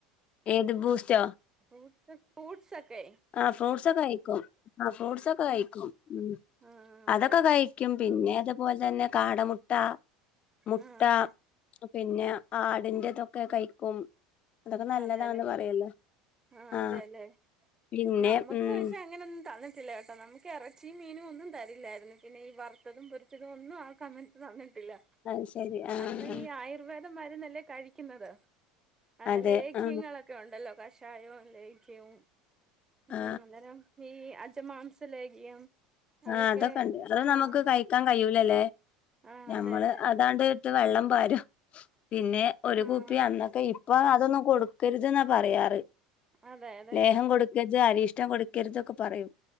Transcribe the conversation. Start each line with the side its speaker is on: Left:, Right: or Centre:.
Left: ഏത് ബൂസ്റ്റൊ
Right: ഫൂസ് ഫ്രൂട്സൊക്കെ
Left: ആഹ് ഫ്രൂട്ട്സൊക്ക കഴിക്കും ആഹ് ഫ്രൂട്ട്സൊക്ക കഴിക്കും ഉം
Right: ആഹ് അതെ
Left: അതൊക്ക
Right: അതെ
Left: കഴ് ക്കും പിന്നെ അതുപോലെ തന്നെ കാടമുട്ട മുട്ട
Right: ആഹ് അതെ
Left: പിന്നെ ആടിന്റതൊക്കെ കഴിക്കും അതൊക്ക നല്ലതാന്ന്
Right: അതെ അല്ലെ
Left: പറയല്ലോ
Right: ആഹ്
Left: ആ
Right: അതേല്ലെ
Left: പിന്നെ
Right: നമ്മക്ക്
Left: ഉം
Right: പക്ഷെ അങ്ങനെ തന്നിട്ടില്ല കെട്ടോ നമുക്ക് എറച്ചിം മീനും ഒന്നും തരില്ലായിരുന്നു പിന്നെ ഈ വറുത്തതും പൊരിച്ചതും ഒന്നും ആൾ കമ തന്നിട്ടില്ല
Left: അത് ശരി ആ
Right: അന്ന്
Left: ആ.
Right: ഈ ആയുർവേദ മരുന്നല്ലെ കഴിക്ക്ന്നത് ആഹ്
Left: അതെ
Right: ലേഖ്യങ്ങളൊക്ക
Left: ആ
Right: ഉണ്ടല്ലൊ കഷായൊം ലേഖ്യം ഉം
Left: ആ
Right: അന്നേരം ഈ അജമാംസ ലേഖ്യം അതൊക്കെ
Left: ആഹ് അതൊക്കണ്ട് അത്
Right: ആഹ്
Left: നമക്ക് ക ക്കാൻ കയ്യൂലലെ
Right: ആഹ്
Left: ഞമ്മള്
Right: അതെ അതെ
Left: അതാണ്ട് ഇട്ട് വെള്ളം പാരും പിന്നെ ഒരു
Right: ആഹ്
Left: കുപ്പി അന്നൊക്ക ഇപ്പാ അതൊന്നും കൊടുക്കര്ത് ന്ന പറയാറ്
Right: അതെ അതെ
Left: ലേഹം കൊട്ക്കജ് അരിഷ്ടം കൊട്ക്കരുത് ഒക്ക പറയും.